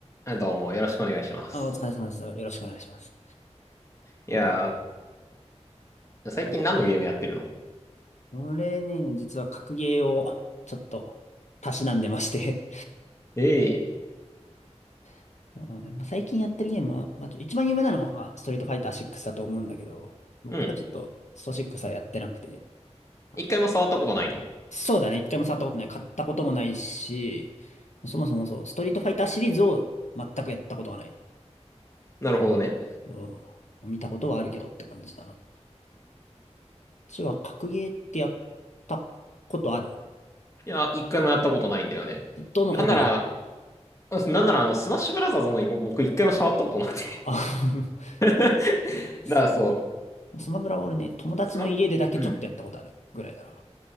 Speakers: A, on the left (about 25°); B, on the left (about 80°).
A: あ、どうも、よろしくお願いします。
B: あ、お疲れ様です。よろしくお願いします。
A: いや
B: あ、
A: ー、最近何のゲームやってるの
B: そうですね。これね、実は格ゲーをちょっとたしなんでまして
A: ええ。
B: <laughs> はいまあ、最近やってるゲームは、まあ、一番有名なのがストリートファイター6だと思うんだけど、僕はちょっとスト6はやってなくて、
A: うん。
B: あ
A: 一回も触ったことないの
B: そうだね、一回も触ったことない、買ったこともないし、そもそもそう、ストリートファイターシリーズを全くやったことがない。
A: なるほどね。
B: ね。そう見たことはあるけどって感じだな。うちは格ゲーってやったことある
A: いや、一回もやったことないんだよね。
B: どの各ゲーム
A: なんなら、あなんならあの、スマッシュブラザーズも僕一回も触ったことなくて。
B: あ <laughs>
A: <laughs> だか
B: そうねスマブラ、
A: らそう、
B: スマブラは俺ね、友達の家でだけちょっとやったことあるぐらいだな。
A: スマ、うん。